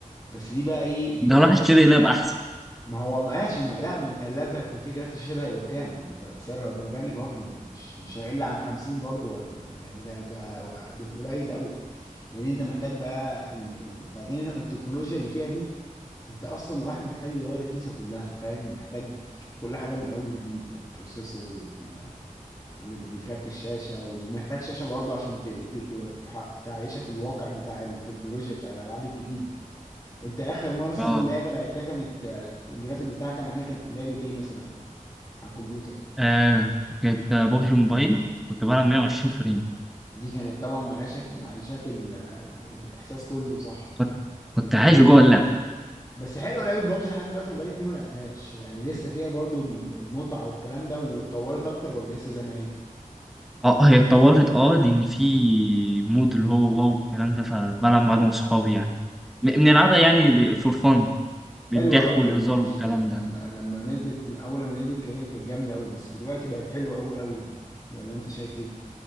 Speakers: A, on the left; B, in the centre.
A: بس دي بقى ايه دي
B: ده
A: تكنولوجيا
B: راح اشتري لاب احسن
A: ما هو ماشي ما لا ما انت اللاب هيكون فيه كارت الشاشه ده هيبقى بكام؟ هيبقى سعره هيبقى غالي برضه مش مش هيقل عن 50 برضه ولا يعني ده ده بالقليل قوي لان انت محتاج بقى ال... ال... بعدين التكنولوجيا اللي فيها دي انت اصلا الواحد محتاج يغير الكيسه كلها فاهم محتاج كل حاجه من اول وجديد يعني البروسيسور وال... وال... والكارت الشاشه ومحتاج شاشه برضه عشان ت... ت... ت... تح- تعيشك الواقع بتاع التكنولوجيا بتاع الالعاب الجديده انت اخر مره مثلا
B: اه
A: لعبه لعبتها كانت آه، الجرافيك بتاعها كان عليه كانت لعبه ايه مثلا على الكمبيوتر
B: آه، كانت بابجي موبايل كنت بلعب 120 فريم
A: دي كانت طبعا معيشك معيشك ال- ال- الاحساس كله صح
B: كنت كنت عايش جوه اللعب
A: بس حلوه لعبه بابجي لحد دلوقتي انا بقالي كتير ما لعبتهاش يعني لسه فيها برضو ال- المتعه والكلام ده واتطورت اكتر ولا لسه زي ما هي
B: اه هي اتطورت اه لان في مود اللي هو واو الكلام ده فبلعب مع انا واصحابي يعني م- بنلعبها يعني فور فن
A: حلوه
B: للضحك
A: قوي
B: والهزار
A: بابجي
B: والكلام
A: دي
B: ده
A: لما لما نزلت اول لما نزلت كده كانت جامده قوي بس دلوقتي بقت حلوه قوي قوي يعني ولا انت شايف